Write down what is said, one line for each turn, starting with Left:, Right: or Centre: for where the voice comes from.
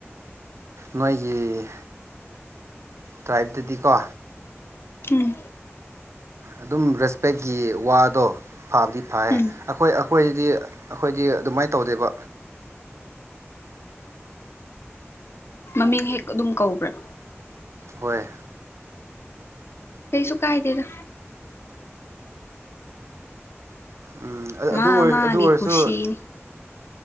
Right: ꯅꯣꯏꯒꯤ ꯇ꯭ꯔꯥꯏꯕꯗꯨꯗꯤ ꯀꯣ
Left: ꯎꯝ
Right: ꯑꯗꯨꯝ ꯔꯦꯁꯄꯦꯛꯀꯤ ꯋꯥꯗꯣ ꯐꯥꯕꯗꯤ ꯐꯩꯌꯦ
Left: ꯎꯝ
Right: ꯑꯩꯈꯣꯏ ꯑꯩꯈꯣꯏꯗꯤ ꯑꯩꯈꯣꯏꯗꯤ ꯑꯗꯨꯃꯥꯏꯅ ꯇꯧꯗꯦꯕ
Left: ꯃꯃꯤꯡ ꯍꯦꯛ ꯑꯗꯨꯝ ꯀꯧꯕ꯭ꯔꯥ
Right: ꯍꯣꯏ
Left: ꯀꯩꯁꯨ ꯀꯥꯏꯗꯦꯗ
Right: ꯎꯝ ꯑꯗꯨ
Left: ꯃꯥ
Right: ꯑꯣꯏꯔꯁꯨ
Left: ꯃꯥꯒꯤ
Right: ꯑꯗꯨ ꯑꯣꯏꯔꯁꯨ
Left: ꯀꯨꯁꯤꯅꯤ